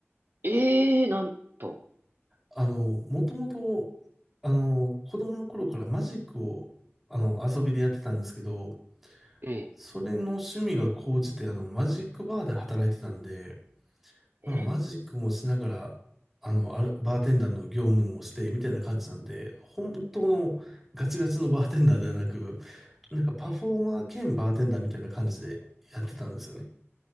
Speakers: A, on the right (about 50°); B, in the centre.
A: ええ、ええなんと。
B: あの、もともと、あの、子供の頃からマジックを、あの、遊びでやってたんですけど、
A: ええ、
B: それの趣味が高じて、あの、マジックバーで働いてたんで、まあ、
A: え
B: マジックもしながら、あの、ある、バーテンダーの業務もして、みたいな感じなんで、本当のガチガチのバーテンダーではなく、なんかパフォーマー兼バーテンダーみたいな感じでやってたんですよね。
A: え、え